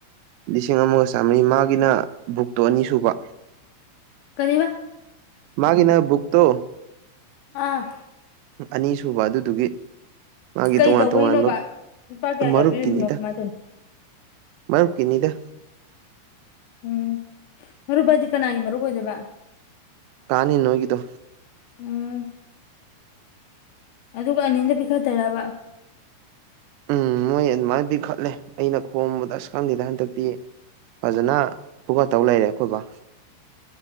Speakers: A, on the right; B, on the left.
A: ꯂꯤꯁꯤꯡ ꯑꯃꯒ ꯆꯥꯃꯔꯤ ꯃꯥꯒꯤꯅ ꯕꯨꯛꯇꯣ ꯑꯅꯤ ꯁꯨꯕ꯫
B: ꯀꯔꯤ ꯆꯥ?
A: ꯃꯥꯒꯤꯅ ꯕꯨꯛ ꯇꯣ
B: ꯑꯥ꯫
A: ꯑꯅꯤꯁꯨꯨꯕ ꯑꯗꯨꯗꯨꯒꯤ ꯃꯥꯒꯤ
B: ꯀꯩ
A: ꯇꯣꯉꯥꯟ
B: ꯇꯧꯕꯩꯅꯣꯕ
A: ꯇꯣꯉꯥꯟꯕ
B: ꯂꯨꯄꯥ ꯀꯌꯥ
A: ꯃꯔꯨꯞꯀꯤꯅꯤꯗ
B: ꯀꯌꯥ ꯄꯤꯔꯤꯅꯣ ꯀꯃꯥꯏꯅ ꯇꯧꯔꯤꯅꯣ
A: ꯃꯔꯨꯞꯀꯤꯅꯤꯗ
B: ꯎꯝ ꯃꯔꯨꯕꯏꯗꯤ ꯀꯅꯥꯒꯤ ꯃꯔꯨ ꯑꯣꯏꯗꯕ
A: ꯀꯥꯅꯤ ꯅꯣꯏꯒꯤꯗꯣ
B: ꯎꯝ ꯑꯗꯨꯒ ꯑꯅꯤꯗ ꯄꯤꯈꯠꯇꯕ
A: ꯎꯝ ꯃꯣꯏ ꯑꯗꯨꯃꯥꯏꯅ ꯄꯤ ꯈꯠꯂꯦ ꯑꯩꯅ ꯈꯣꯝꯕꯗ ꯑꯁ ꯈꯪꯗꯦꯗ ꯍꯟꯗꯛꯇꯤ ꯐꯖꯅ ꯐꯒꯠꯇꯧ ꯂꯩꯔꯦ ꯑꯩꯈꯣꯏꯕ